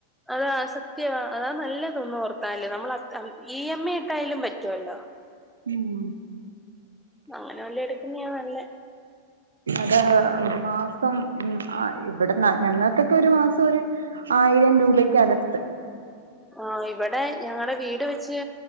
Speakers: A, in the centre; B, on the right.
A: അതാ അത് സത്യമാ അതാ നല്ലത് ഒന്ന് ഓർത്താല് നമ്മള് ഇ എം ഐ ഒക്കെ ആയാലും പറ്റുവല്ലോ <inaudible>
B: ഉം.
A: അങ്ങനെ വെല്ലോം എടുക്കുന്നെയാ നല്ലെ
B: അതെ ഒരു മാസം ഉം ഇവിടെന്ന് ഞങ്ങൾക്കൊക്കെ ഒരു മാസം ഒരു ആയിരം രൂപക്കടുത്ത്.
A: ആഹ് ഇവിടെ ഞങ്ങളുടെ വീട് വെച്ച്